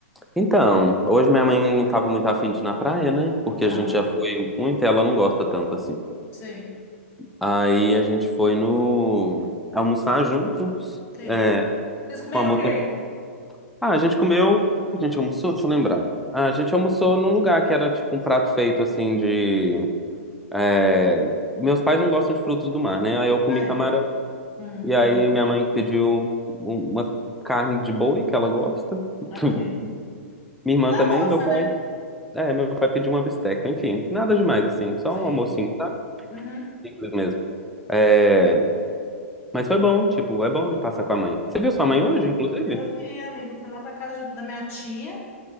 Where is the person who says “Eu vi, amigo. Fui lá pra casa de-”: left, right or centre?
Left